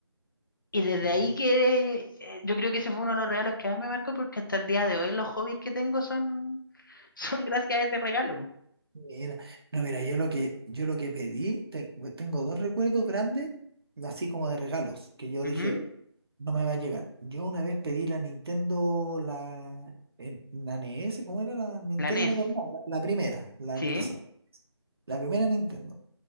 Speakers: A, on the left (about 45°); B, on the right (about 60°).
A: Y desde
B: qué
A: ahí
B: bueno.
A: que eh, yo creo que ese fue uno de los regalos que más me marcó porque hasta el día de hoy los hobbies que tengo son, <laughs> son gracias a ese regalo.
B: Mira, no, mira, yo lo que, yo lo que pedí, te- tengo dos recuerdos grandes, así como de regalos, que yo
A: Ujú,
B: dije, no me va a llegar. Yo una vez pedí la Nintendo, la, en- la NES, ¿cómo era la Nintendo
A: La NES.
B: normal? La, la primera, la,
A: Sí,
B: esa, la primera Nintendo.